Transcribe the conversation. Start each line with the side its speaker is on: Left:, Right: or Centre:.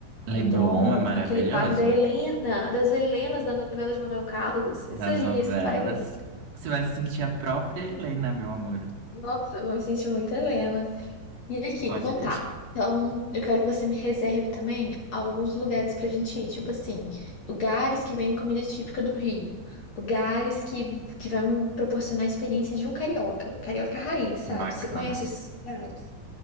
Right: Leblon
Left: Leblon,
Right: é maravilhoso,
Left: aquele bairro da Helena, das Helenas da novela de Manuel Carlos. Isso
Right: das
Left: aí,
Right: novelas.
Left: esse bairro aí.
Right: Você vai se sentir a própria Helena, meu amor.
Left: Nossa, eu me sentir muito Helena. E aqui,
Right: Pode
Left: então
Right: deixar.
Left: tá. Então, eu quero que você me reserve também alguns lugares pra gente ir. Tipo assim, lugares que vendem comida típica do Rio. Lugares que, que vai me proporcionar a experiência de um carioca. Carioca raiz, sabe?
Right: Bacana.
Left: Você conhece esses lugares?